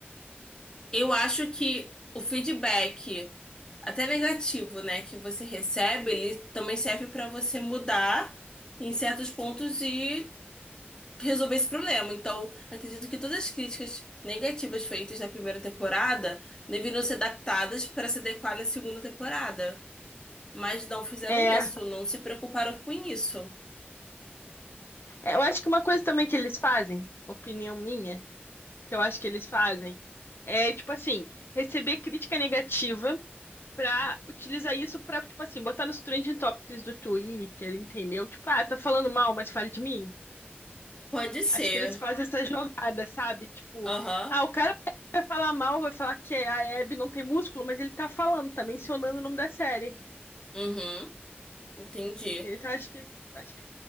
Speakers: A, on the left; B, on the left.
A: Eu acho que o feedback, até negativo, né, que você recebe, ele também serve para você mudar em certos pontos e resolver esse problema. Então, acredito que todas as críticas negativas feitas na primeira temporada deveriam ser adaptadas para se adequar na segunda temporada. Mas não fizeram
B: É,
A: isso, não se preocuparam com isso.
B: é, eu acho que uma coisa também que eles fazem, opinião minha, que eu acho que eles fazem, é tipo assim, receber crítica negativa pra utilizar isso pra, tipo assim, botar nos trending topics do Twitter, entendeu? Tipo, ah, tá falando mal, mas fale de mim.
A: Pode ser.
B: Acho que eles fazem essa jogada, sabe? Tipo,
A: Aham.
B: ah, o cara vai falar mal, vai falar que a Hebe não tem músculo, mas ele tá falando, tá mencionando o nome da série.
A: Uhum. Entendi.
B: Entendeu? Então acho que acho que